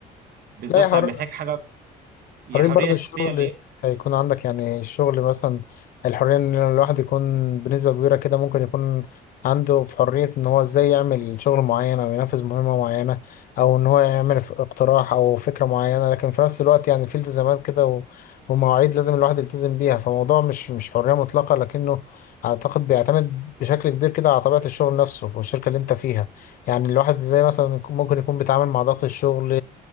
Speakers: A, on the right (about 65°); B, on the left (about 60°).
A: بالظبط
B: لا يا حر...
A: محتاج حاجه يا
B: حرية
A: حريه
B: برضه
A: شخصيه
B: الشغل هيكون عندك يعني الشغل مثلا الحرية ان الواحد يكون بنسبة كبيرة كده ممكن يكون عنده في حرية ان هو ازاي يعمل شغل معين او ينفذ مهمة معينة او ان هو يعمل ف- اقتراح او فكرة معينة لكن في نفس الوقت يعني في التزامات كده و- ومواعيد لازم الواحد يلتزم بيها فموضوع مش مش حرية مطلقة لكنه اعتقد بيعتمد بشكل كبير كده على طبيعة الشغل نفسه والشركة اللي انت فيها يعني الواحد ازاي مثلا يكون- ممكن يكون بيتعامل مع ضغط الشغل